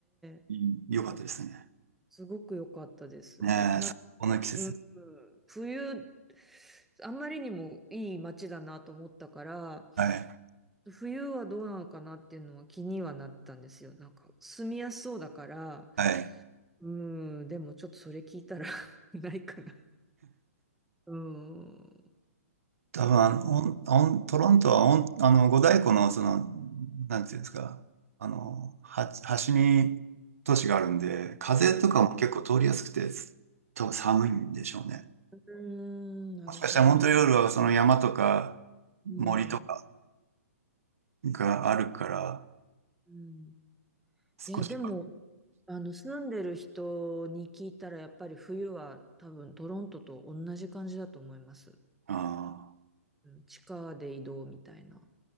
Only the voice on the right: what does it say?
うんよかったですね。
ねえ、
最高の季節。
はい。
はい。
多分あの、オン、オン、トロントはオン、あの、五大湖の、その、なんていうんですか、あの、は、端に都市があるんで、風とかも結構通りやすくて、多分寒いんでしょうね。
もしかしたらモントリオールはその山とか森とか
があるから、
少しは。
ああ、